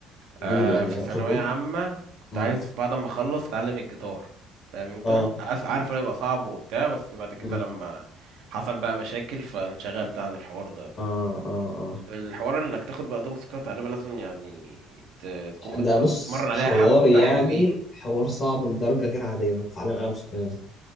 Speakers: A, on the left; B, on the right.
A: فضول
B: آه
A: يعني
B: في
A: ما جربتش
B: ثانويه
A: فضول
B: عامه كنت
A: امم
B: عايز بعد ما اخلص اتعلم الجيتار فاهم انت
A: اه
B: عارف عارف انه يبقى صعب وبتاع بس بعد كده
A: امم
B: لما حصل بقى مشاكل فانشغلت عن الحوار ده
A: اه اه اه
B: الحوار انك تاخد بقى دوم سكوت غالبا لازم يعني ت- تكون
A: ده
B: متم...
A: بص
B: تتمرن عليها
A: حوار
B: حبة
A: يعني
B: حلوين
A: حوار صعب لدرجة غير عادية انك تتعلم آلة موسيقية دي